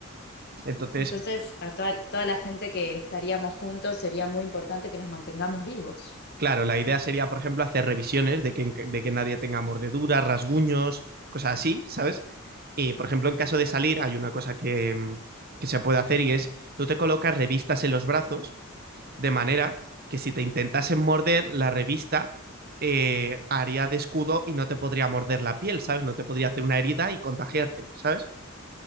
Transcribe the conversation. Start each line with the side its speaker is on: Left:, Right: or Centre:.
Right: Entonces,
Left: Entonces, a toda, toda la gente que estaríamos juntos sería muy importante que nos mantengamos vivos.
Right: Claro, la idea sería, por ejemplo, hacer revisiones de que, de que nadie tenga mordeduras, rasguños, cosas así, ¿sabes? Y, por ejemplo, en caso de salir, hay una cosa que, mm, que se puede hacer y es, tú te colocas revistas en los brazos, de manera que si te intentasen morder, la revista eh, haría de escudo y no te podría morder la piel, ¿sabes? No te podría hacer una herida y contagiarte, ¿sabes?